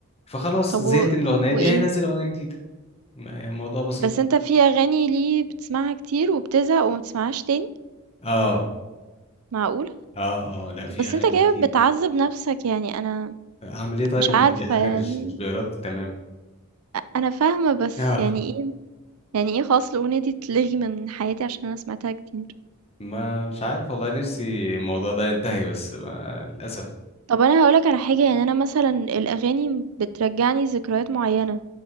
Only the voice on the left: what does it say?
فخلاص
زهقت
من الأغنية
دي هينزل أغنية جديدة ما- الموضوع بسيط
اه
اه اه لا في
أغاني
كتير
أعمل إيه طيب
ما
دي حاجة
مش مش بإرادتي تماما
اه
ما مش عارف والله نفسي الموضوع ده ينتهي بس ما للأسف